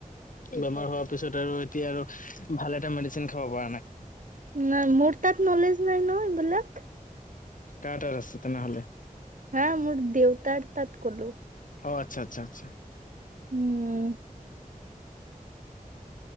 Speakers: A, on the left (about 65°); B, on the right (about 65°).
A: বেমাৰ হোৱাৰ পিছত আৰু এতিয়া আৰু ভাল এটা মেডিচিন খাব পৰা নাই।
B: নাই মোৰ তাত নলেজ নাই ন এইবিলাক।
A: কাৰ তাত আছে তেনেহলে?
B: হা মোৰ দেউতাৰ তাত কলো।
A: অ আচ্ছা আচ্ছা আচ্ছা।
B: উম